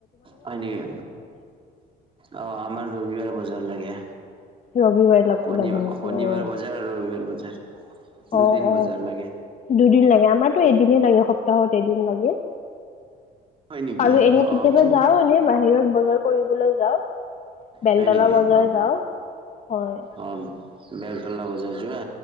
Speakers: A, on the right (about 30°); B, on the left (about 45°).
A: হয় নেকি! আহ, আমাৰ ৰবিবাৰে বজাৰ লাগে।
B: ৰবিবাৰে লগ
A: শনিব,
B: লাগে নেকি
A: শনিবাৰ
B: অ
A: বজাৰ আৰু ৰবিবাৰ বজাৰ। দুদিন
B: অ, অ,
A: বজাৰ লাগে
B: দুদিন লাগে, আমাৰতো এদিনে লাগে, সপ্তাহত এদিন লাগে।
A: হয় নেকি
B: আৰু এনে কেতিয়াবা
A: অ কি
B: যাও এনেই বাহিৰত বজাৰ কৰিবলৈ যাওঁ। বেলতলা
A: হয় নেকি
B: বজাৰ
A: অ
B: যাও, হয়।
A: অ বেলতলা বজাৰ যোৱা,